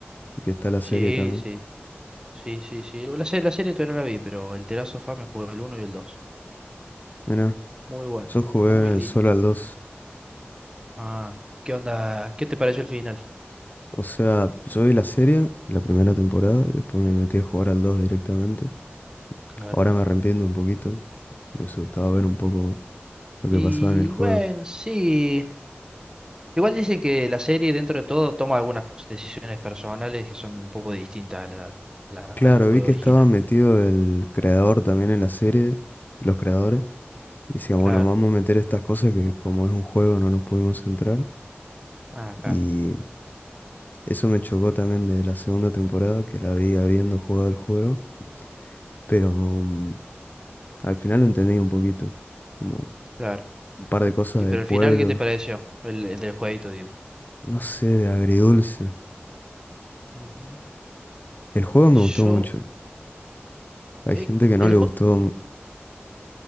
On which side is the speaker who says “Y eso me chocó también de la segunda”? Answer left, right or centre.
Left